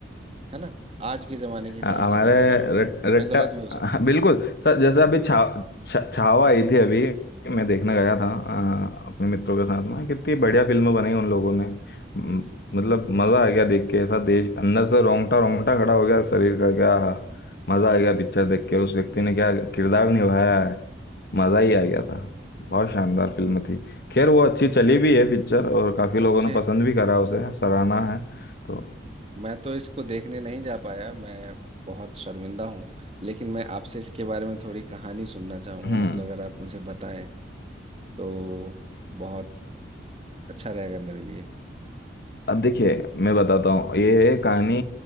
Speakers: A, on the right (about 35°); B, on the left (about 55°).
A: है ना आज के जमाने के हिसाब
B: हमारे
A: से मैं बोल रहा हूँ
B: रट, रट्टा
A: मैं गलत भी हो सकता
B: हाँ,
A: हूँ
B: बिल्कुल सर जैसे अभी छा, छा, छावा आई थी अभी मैं देखने गया था अ, अपने मित्रों के साथ में कितनी बढ़िया फिल्म बनाई उन लोगों ने म- मतलब मजा आ गया देख के ऐसा देश अंदर से रोंगटा रोंगटा खड़ा हो गया शरीर का क्या आहा, मजा आ गया पिक्चर देख के उस व्यक्ति ने क्या किरदार निभाया है मजा ही आ गया था बहुत शानदार फिल्म थी खैर वो अच्छी चली भी है पिक्चर और काफी
A: मुझे
B: लोगों ने पसंद भी करा उसे सराहना है तो
A: मैं तो इसको देखने नहीं जा पाया मैं बहुत शर्मिंदा हूँ लेकिन मैं आपसे इसके बारे में थोड़ी कहानी सुनना चाहूंगा
B: हम्म
A: मतलब अगर आप मुझे बताएं तो बहुत अच्छा रहेगा मेरे लिए
B: अब देखिए मैं बताता हूँ ये कहानी